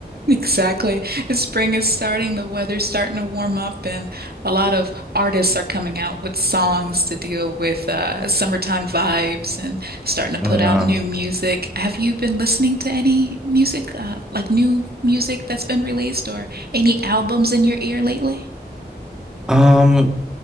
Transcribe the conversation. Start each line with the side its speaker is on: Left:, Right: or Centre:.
Right: Exactly. Spring is starting, the weather's starting to warm up, and a lot of artists are coming out with songs to deal with uh, summertime vibes and starting to put
Centre: oh, yeah.
Right: out new music. Have you been listening to any music, uh, like new music that's been released or any albums in your ear lately?
Centre: Um,